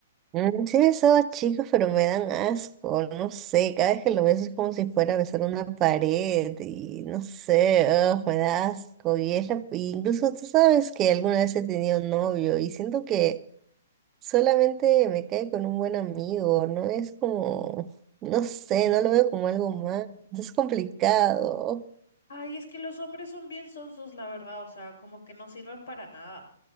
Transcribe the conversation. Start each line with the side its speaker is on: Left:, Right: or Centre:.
Right: Mm, Sí he besado a chicos, pero me dan asco, no sé, cada vez que lo beso es como si fuera a besar una pared y no sé, ugh, me da asco y es la- y incluso tú sabes que alguna vez he tenido novio y siento que solamente me cae con un buen amigo, no es como, no sé, no lo veo como algo más, es complicado.
Left: Ay, es que los hombres son bien sonsos, la verdad, o sea, como que no sirven para nada.